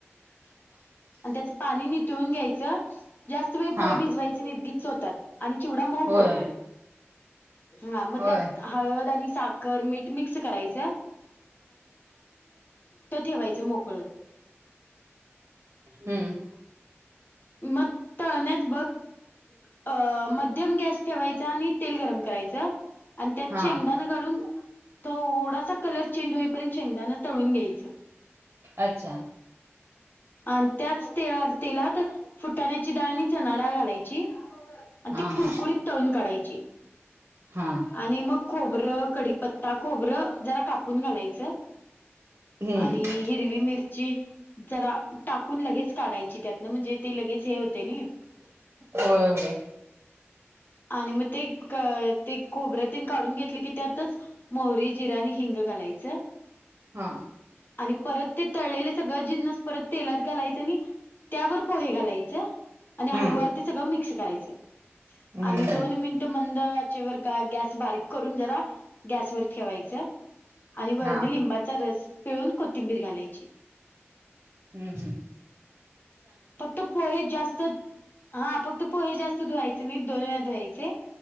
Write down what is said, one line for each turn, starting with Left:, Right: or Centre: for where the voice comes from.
Left: आणि त्याच पाणी नितळून घ्यायचं. जास्त वेळ पोहे
Right: हा
Left: भिजयचे नाहीत, गिच्च होतात. आणि चिवडा मऊ
Right: होय
Left: पडतोय,, हा, मग
Right: होय
Left: त्यात हळद आणि साखर, मीठ. मिक्स करायच. ठेवायचं मोकळं.
Right: हम्म,
Left: मग, तळण्यात बघ. अ, मध्यम गॅस ठेवायचा, आणि तेल गरम करायचं. आणि त्यात
Right: हा
Left: शेंगदाणा घालून, थोडासा कलर चेंज होईपर्यंत शेंगदाना तळून घ्यायचं
Right: अच्छा
Left: आणि त्याच ते तेलात फुटाण्याची डाळ आणि चणा डाळ घालायची. आणि
Right: हा
Left: ती
Right: हा
Left: कुरकुरीत तळून काढायची.
Right: हा,
Left: आणि मग खोबरं, कडीपत्ता, खोबरं जरा कापून घालायचं.
Right: हम्म
Left: आणि हिरवी मिरची, जरा टाकून लगेच काढायची. त्यात ना म्हणजे ते लगेच हे होतय नाई.
Right: होय होय
Left: आणि मग ते, ते खोबऱ्यातील काढून घेतले की त्यातच. मोहरी, जिरं आणि हिंग घालायचं.
Right: हा,
Left: आणि परत ते तळलेले सगळ जिन्नस, परत तेलात घालायचे आणि. त्यावर पोहे घालायचं. आणि हळुवार
Right: हम्म
Left: ते सगळं मिक्स करायचं,
Right: हम्म
Left: आणि
Right: हम्म
Left: दोन मिनिटं मंदऽ चेवर गॅस बारीक करुन जरा गॅसवर ठेवायच, आणि वरनं,
Right: हा
Left: लिंबाचऽ
Right: हा
Left: चा रस पिळून कोथिंबीर घालायची.
Right: हम्म हम्.
Left: फक्त पोहे जास्त, हा फक्त पोहे जास्त धुवायचे नाही दोन वेळा धुवायचे.